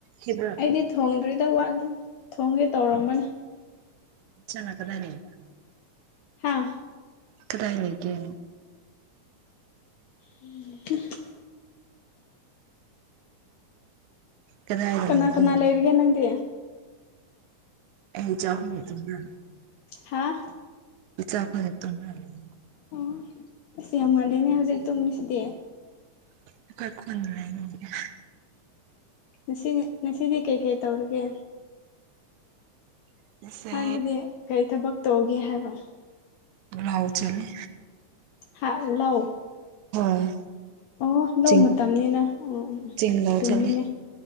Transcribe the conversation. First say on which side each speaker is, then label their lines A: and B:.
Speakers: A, on the right; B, on the left.
A: ꯍꯤꯕ꯭ꯔ
B: ꯑꯩꯗꯤ ꯊꯣꯡꯗ꯭ꯔꯤꯗ ꯋꯥꯠꯂꯤ ꯊꯣꯡꯒꯦ ꯇꯧꯔꯝꯕꯅꯦ
A: ꯆꯪꯉ ꯀꯗꯥꯏ ꯂꯩꯔꯤꯕ
B: ꯍꯥꯥ
A: ꯀꯗꯥꯏ ꯂꯩꯒꯦ
B: <unintelligible>
A: ꯀꯗꯥꯏꯗ
B: ꯀꯅꯥ
A: ꯂꯩꯒꯦ
B: ꯀꯅꯥ ꯂꯩꯔꯤꯒꯦ ꯅꯪꯗꯤ
A: ꯑꯩ ꯏꯆꯥ ꯑꯍꯨꯝꯒ ꯇꯨꯝꯔ
B: ꯍꯥꯥ
A: ꯏꯆꯥ ꯑꯍꯨꯝꯒ ꯇꯨꯝꯔ ꯂꯩ
B: ꯑꫭ ꯑꯁ ꯌꯥꯝ ꯉꯜꯂꯤꯅꯦ ꯍꯧꯖꯤꯛ ꯇꯨꯝꯃꯤꯁꯤꯗꯦ꯫
A: <unintelligible>
B: ꯉꯁꯤꯉ ꯉꯁꯤꯗꯤ ꯀꯩꯀꯩ ꯇꯧꯔꯒꯦ
A: ꯑꯩꯁꯦ
B: ꯍꯥꯏꯕꯗꯤ ꯀꯔꯤ ꯊꯕꯛ ꯇꯧꯒꯦ ꯍꯥꯏꯕ
A: ꯂꯥꯎ ꯆꯠꯂꯤ
B: ꯍꯥ ꯂꯧ
A: ꯍꯣꯏ
B: ꯑꯣ ꯂꯧ
A: ꯆꯤꯡ
B: ꯃꯇꯝꯅꯤꯅ ꯑꯣ ꯑꫭ ꯎꯝ
A: ꯆꯤꯡ ꯂꯧ
B: ꯆꯨꯝꯃꯤꯅꯦ
A: ꯆꯠꯂꯦ